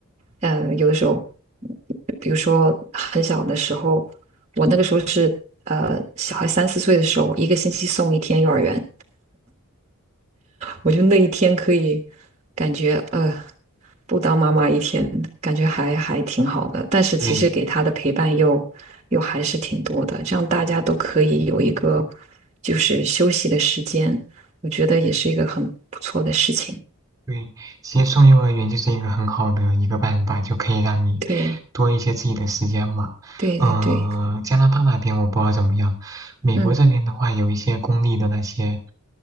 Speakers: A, on the right; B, on the right.
A: 呃，有的时候，比如说很小的时候，我那个时候是呃小孩三四岁的时候，一个星期送一天幼儿园，我就那一天可以感觉呃，不当妈妈一天，感觉还还挺好的。但是其实给他的陪伴又又还是挺多的，
B: 对，
A: 这样大家都可以有一个就是休息的时间，我觉得也是一个很不错的事情。
B: 对，其实送幼儿园就是一个很好的一个办法，就可以让你多一些自己的时间嘛。
A: 对对对对，
B: 嗯、加拿大那边我不知道怎么样，美国这边的话，
A: 嗯
B: 有一些公立的那些